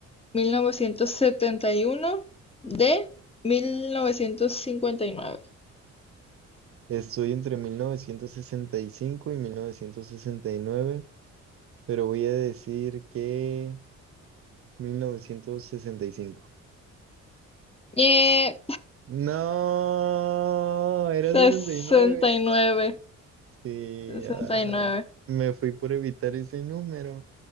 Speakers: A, on the left (about 20°); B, on the right (about 50°).
A: mil novecientos setenta y uno de mil novecientos cincuenta y nueve.
B: estoy entre mil novecientos sesenta y cinco y y mil novecientos sesenta y nueve, pero voy a decir que 1965.
A: Ñe.
B: No, era
A: 69.
B: 69. Sí,
A: 69.
B: ay, me fui por evitar ese número.